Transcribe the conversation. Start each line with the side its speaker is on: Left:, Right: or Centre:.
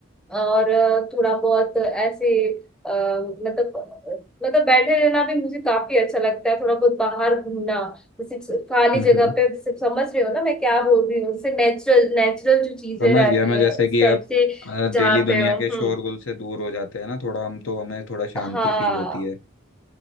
Centre: और अ, थोड़ा बहुत ऐसे अ, मतलब मतलब बैठे रहना भी मुझे काफी अच्छा लगता है थोड़ा बहुत बाहर घूमना जैसे खाली
Left: हम्म
Centre: जगह
Left: हम्म।
Centre: पे जैसे समझ रहे हो ना मैं क्या बोल रही हूँ जैसे नेचुरल नेचुरल जो चीजें
Left: समझ
Centre: रहती
Left: गया मैं
Centre: हैं
Left: जैसे
Centre: इस
Left: कि
Centre: टाइप
Left: आप
Centre: से जहाँ
Left: डेली दुनिया
Centre: पे हो
Left: के
Centre: हम्म
Left: शोरगुल से दूर हो जाते हैं ना थोड़ा हम तो हमें थोड़ा शांति
Centre: हाँ
Left: फील होती है